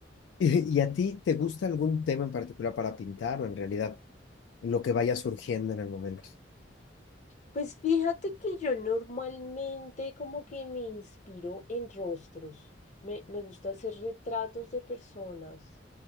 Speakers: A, on the left; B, on the left.
A: ¿Y, y a ti te gusta algún tema en particular para pintar o en realidad lo que vaya surgiendo en el momento?
B: Pues fíjate que yo normalmente como que me inspiro en rostros. Me, me gusta hacer retratos de personas.